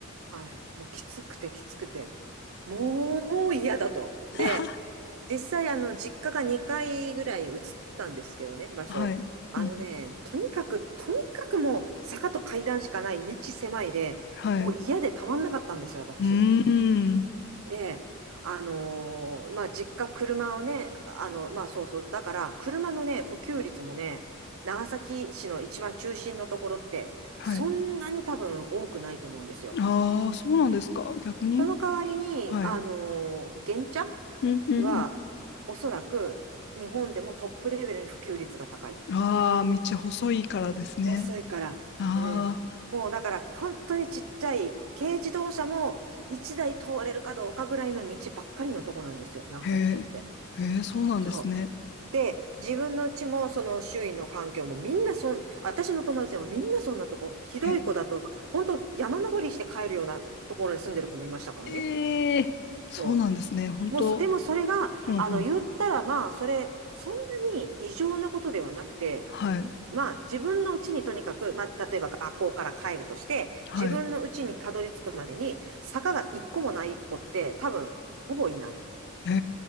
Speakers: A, on the right; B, on the left.
A: はい。もうきつくてきつくて、もう嫌だと。
B: はは
A: で、実際、あの、実家が2階ぐらい移ったんですけどね、場所。
B: はい。
A: あのね、
B: うん。
A: とにかく、とにかくもう坂と階段しかない道狭いで、
B: はい。
A: もう嫌でたまんなかったんですよ、
B: う
A: 私。
B: ーん。
A: で、あのーまあ、実家、車をね、あの、まあ、そうそう、だから、車のね、普及率もね、長崎市の一番中心のところって、
B: はい。
A: そんなに多分多くないと思うんですよ。
B: ああ、そうなんですか。逆に
A: その代わりに、
B: はい。
A: あのー原茶
B: うんうんう
A: は、おそらく、日本でもトップレベルに普及率が高い。
B: ん。ああ、道細いからですね。
A: 遅いから。
B: あ
A: うん。もうだから、本当にちっちゃい、軽自動車も1台通れるかどうかぐらいの道ばっかりのとこなんですよ、長崎県って。
B: あ、へえ、へえ、そうなんですね。
A: そうで、自分のうちも、その周囲の環境もみんなそん、私の友達はみんなそんなとこ、ひどい子だと、
B: へえ、
A: 本当山登りして帰るようなところに住んでる子もいましたからね。
B: ええそうなんですね。
A: そ
B: 本当、
A: う。もうそ、でもそれが、
B: うんうん。
A: あの、言ったらまあ、それ、そんなに異常なことではなくて、
B: はい、
A: まあ、自分のうちにとにかく、まあ、例えば学校から帰るとして、
B: はい。
A: 自分のうちにたどり着くまでに、坂が一個もない子って、多分、ほぼいない。
B: へ